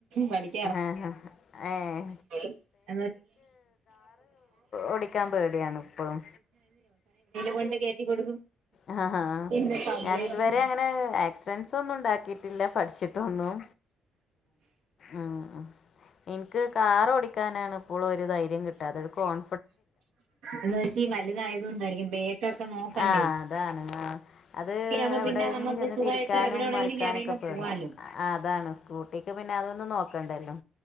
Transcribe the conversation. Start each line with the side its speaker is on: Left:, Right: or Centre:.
Right: പഠിക്ക
Left: ആഹ് ഏഹ്
Right: <unintelligible> <unintelligible>
Left: ഓടിക്കാൻ പേടിയാണ് ഇപ്പോഴും
Right: കൊണ്ട് കേറ്റി കൊടുക്കും
Left: ആഹ് ആഹ്
Right: പിന്നെ കംപ്ലൈന്റ്
Left: ഞാന ഇതുവരെ അങ്ങനെ ആക്സിഡന്റ്സ് ഒന്നും ഉണ്ട ക്കിട്ടില്ല പഠിച്ചിട്ടൊന്നും ഉം ഉം എനിക്ക് കാർ ഓടിക്കാനാണ് ഇപ്പോള ഒരു ധൈര്യം കിട്ടാതെ എടുക്കോൺ
Right: എന്ന വെച്ച വലുതായത്കൊണ്ടായിരിക്കും ബേക്കൊക്കെ നോക്കണ്ടേ
Left: ആഹ് അതാണ് ആഹ് അത്
Right: ഊട്ടിയാവുമ്പോ
Left: എവിടെന്ന്
Right: പിന്നെ നമുക്ക്
Left: ചെന്ന്
Right: സുഖമായിട്ട്
Left: തിരിക്കാനും
Right: എവിടെ വേണെങ്കിലും
Left: മറിക്കാനും
Right: കേറിയങ്ങ്
Left: ഒക്കെ പേട
Right: പോവാലോ
Left: ആഹ് അതാണ് സ്കൂട്ടിക്ക് പിന്നെ അതൊന്നന്ന് നോക്കണ്ടല്ലോ